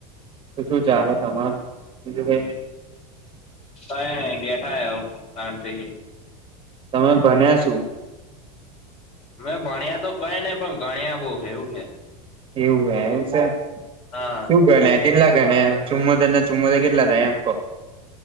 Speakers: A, on the right; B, on the left.
A: તો શું ચાલો તમારે બીજું કાઈ
B: અએ બેઠા હે હઓ તાણ જઈએ.
A: તમે ભન્યા શું?
B: મે ભણ્યા તો કઈ નહિ પણ ગણ્યા બહુ હે એવું હે
A: એવું હે એવું છે
B: હા
A: શું ગણે કેટલા થાય ચુમોતેર ને ચુમોતેર કેટલા થાય એમ કો